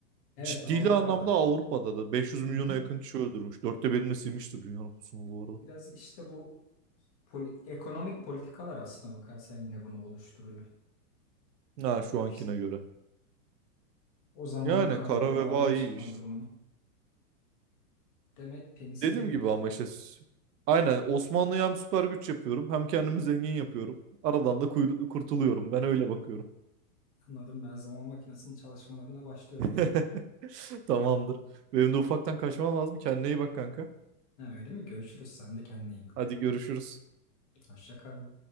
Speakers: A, on the left; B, on the right.
A: Evet
B: Ciddi
A: Avrupa'da.
B: anlamda Avrupa'da da. 500 milyona
A: Hı hı.
B: yakın kişi öldürmüş. Dörtte birini silmiştir dünya nüfusunu bu arada.
A: Biraz işte bu poli- ekonomik politikalar aslına bakarsan yine bunu oluşturuyor.
B: Ha şu ankine
A: İşte
B: göre.
A: o zaman
B: Yani
A: kara
B: kara
A: vebaların
B: veba iyi
A: çıkma
B: iş.
A: durumunu. Demek penisilin
B: Dediğim gibi
A: bulup
B: ama işte s- aynen Osmanlı'ya hem süper güç yapıyorum hem kendimi zengin yapıyorum. Aradan da kuyru- kurtuluyorum. Ben öyle bakıyorum.
A: anladım ben zaman makinesinin çalışmalarına başlıyorum
B: <laughs>
A: o zaman.
B: Tamamdır. Benim de ufaktan kaçmam lazım. Kendine iyi bak kanka.
A: Ha, öyle mi? Görüşürüz. Sen de kendine iyi bak.
B: Hadi görüşürüz.
A: Hoşça kal.